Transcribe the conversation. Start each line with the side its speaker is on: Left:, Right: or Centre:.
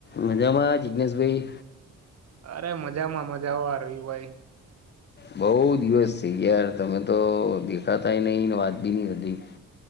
Left: મજામાં જિગનેશભાઈ
Right: અરે મજામાં મજા અ રવિભાઈ
Left: બહુ દિવસ થઈ ગયા તમે તો. છતા એનીને વાત નહીં વધી.